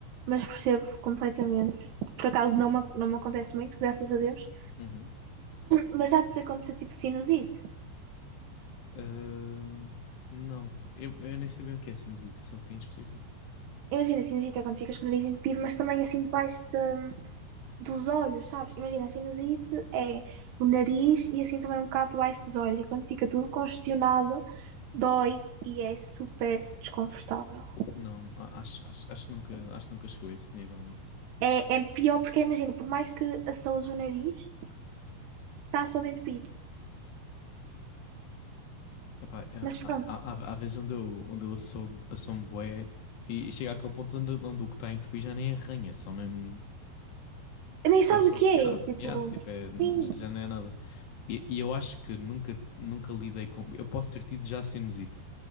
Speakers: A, on the right; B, on the left.
A: Mas percebo completamente. Por acaso não me, não me acontece muito, graças a Deus.
B: Uhum.
A: Mas já te aconteceu tipo sinusite.
B: Ahm, não, eu, eu nem sabia o que é sinusite, só que em específico.
A: Imagina, sinusite é quando ficas com o nariz entupido, mas também assim debaixo da dos olhos, sabes? Imagina, a sinusite é no nariz e assim também um bocado debaixo dos olhos. E quando fica tudo congestionado, dói e é super desconfortável.
B: Não, a- acho, acho, acho, que nunca, acho que nunca chegou a esse nível, não.
A: É, é pior porque, imagina, por mais que assoas o nariz, estás todo entupido.
B: Epá, ah,
A: Mas
B: ah,
A: pronto,
B: há, há, há vezes onde eu, onde eu sou, eu sou um bué e, e chega àquele ponto onde, onde o que está em tupi já nem arranha, é só mesmo
A: nem sabes
B: estar congestionado.
A: o que é. Tipo,
B: Yeah, tipo, é,
A: sim,
B: já não é nada. E, e eu acho que nunca, nunca lidei com. Eu posso ter tido já sinusite,